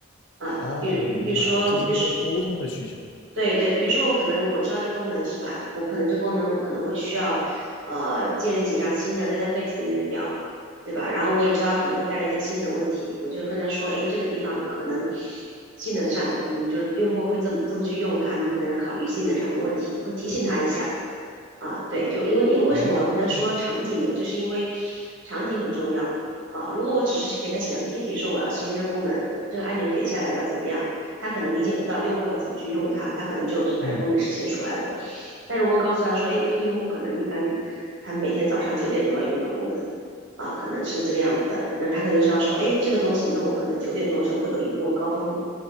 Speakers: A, on the right (about 75°); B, on the left (about 65°).
A: 嗯，
B: 哦，
A: 比比如说，
B: 我明白了，进行一个沟通的需求。
A: 比如对对，比如说我可能我知道这功能是吧？我可能这功能我可能会需要，呃，建立几张新的 database 里面的表，对吧？然后我也知道它可能会带来一些性能问题，我就跟他说，哎，这个地方可能性能上，嗯，就是用户会这么这么去用它，你可能要考虑性能上的问题，会提醒他一下。啊，对，就因为因为为什么我要跟他说场景呢？
B: 哦，
A: 就是因为场景很重要啊。如果我只是给他写了个 ticket 说我要实现这功能，这个按钮点下来要怎么样？他可能理解不到用户要怎么去用它，他可能就把这功能实现出来了。
B: 嗯
A: 但如果告诉他说，哎，这个用户可能一般他每天早上九点都要用这个功能，啊、呃可能是这个样子的，那他可能知道说，哎，这个东西，那我可能九点钟的时候会有一波高峰，